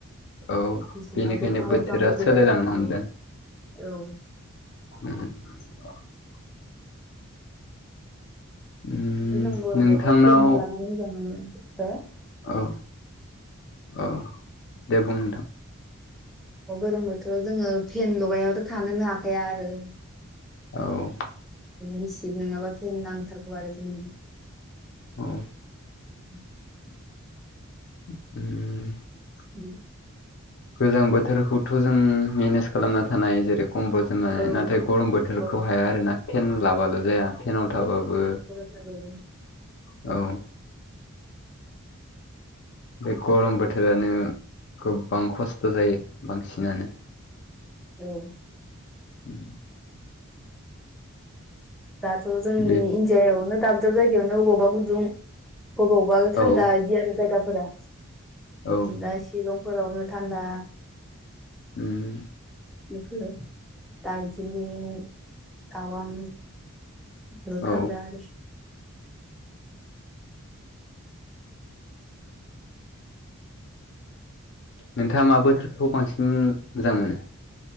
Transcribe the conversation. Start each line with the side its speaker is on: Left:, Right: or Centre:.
Left: औ
Centre: बिसिनाव
Left: बेनिखायनो
Centre: दंफां
Left: बोथोरा
Centre: लाइफांबो
Left: सोलायलांनो
Centre: गैया
Left: हमदों
Centre: औ औ
Left: <unintelligible> उम
Centre: दाथ जों गरम
Left: नोंथांनाव
Centre: बोथोराव फेल लानानै मोजां मोनो।
Left: औ औ दे बुं नोंथां
Centre: गरम बोथोराव जोङो फेन लगायाबाथ' थानोनो हाखाया आरो
Left: औ
Centre: गिसिब नङाबा फेन नांथारगौ आरो जोंनि
Left: औ
Centre: <inaudible>
Left: उ
Centre: <inaudible>
Left: गोजां बोथोरखौथ' जों मेनेज खालामना थानाय जेरै कम्बल जोमनानै
Centre: औ
Left: नाथाय गरम बोथोरखौ
Centre: औ
Left: हाया आरोना फेन लाबाल' जाया फेनाव थाबाबो
Centre: आरो
Left: औ बे गरम बोथोरानो गोबां खस्थ' जायो बांसिनानो
Centre: औ
Left: उम
Centre: दाथ' जोंनि
Left: बे
Centre: इण्डियाआवनो दाब दाब जायगायावनो बबावबा गुदुं अबावबा थान्दा
Left: औ
Centre: बिदि आरो जायगाफोरा
Left: औ
Centre: दा सिलं फोरावनो थान्दा
Left: उम
Centre: बेफोर दार्जिलिंग तावां र थानदा
Left: औ
Centre: आरो
Left: नोंथाङा मा बोथोरखौ बांसिन मोजां मोनो?